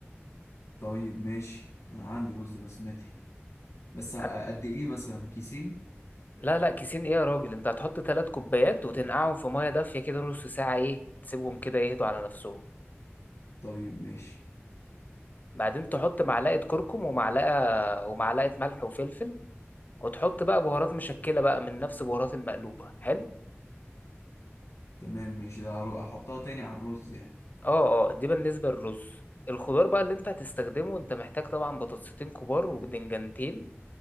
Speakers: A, on the left; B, on the left.
A: طيب ماشي انا عندي رز بسمتي بس قد
B: حت...
A: ايه مثلا كيسين
B: لا لا كيسين إيه يا راجل أنت هتحط تلات كوبايات وتنقعهم في مية دافية كده نص ساعة إيه تسيبهم كده يهدوا على نفسهم
A: طيب ماشي
B: بعدين تحط معلقة كركم ومعلقة ومعلقة ملح وفلفل وتحط بقى بهارات مشكلة بقى من نفس بهارات المقلوبة حلو
A: تمام ماشي ده هرو- هحطها تاني على الرز يعني
B: اه اه دي بالنسبة للرز الخضار بقى اللي انت هتستخدمه انت محتاج طبعا بطاطستين كبار وبدنجانتين